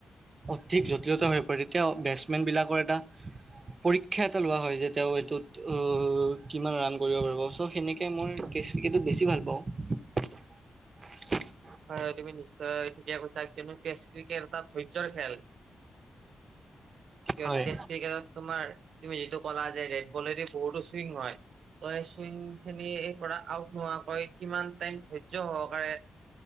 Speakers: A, on the right; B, on the right.
A: অধিক জটিলতা হৈ পৰে তেতিয়া বেট্ছমেন বিলাকৰ এটা পৰীক্ষা এটা লোৱা হয় যে তেওঁ এইটোত অ কিমান ৰাণ কৰিব পাৰি ব চ' সেনেকে মই টেষ্ট ক্ৰিকেটটো বেছি ভাল পাওঁ।
B: হয় তুমি নিশ্চয় থিকে কৈ চা কিন্তু টেষ্ট ক্ৰিকেট এটা ধৈৰ্যৰ খেল। সিহঁতে
A: হয়।
B: টেষ্ট ক্ৰিকেটত তোমাৰ তুমি যিটো ক'লা যে ৰেড বলেদি বহুতো চুইং হয়। ত' সেই চুইং খিনি এই পৰা আউট নোহাকৈ কিমান টাইম ধৈৰ্য্য সহকাৰে